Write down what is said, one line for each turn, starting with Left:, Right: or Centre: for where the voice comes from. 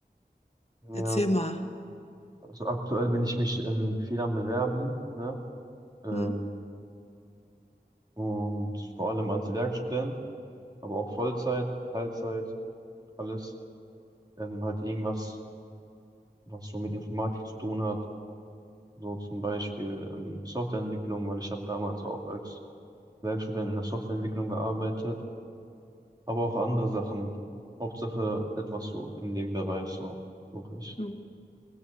Right: ja.
Left: Erzähl mal.
Right: Also aktuell bin ich mich ähm, viel am Bewerben, ne? Ähm,
Left: Hm.
Right: und vor allem als Werkstudent, aber auch Vollzeit, Teilzeit, alles. Ähm, halt irgendwas, was so mit Informatik zu tun hat. So zum Beispiel ähm, Softwareentwicklung, weil ich habe damals auch als Werkstudent in der Softwareentwicklung gearbeitet, aber auch andere Sachen. Hauptsache etwas so in dem Bereich, so suche ich.
Left: Hm.